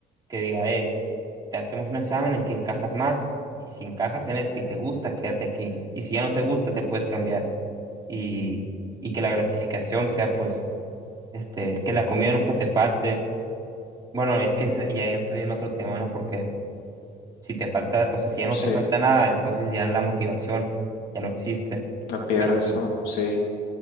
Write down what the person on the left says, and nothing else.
sí,
la pierdes,
¿no? Sí.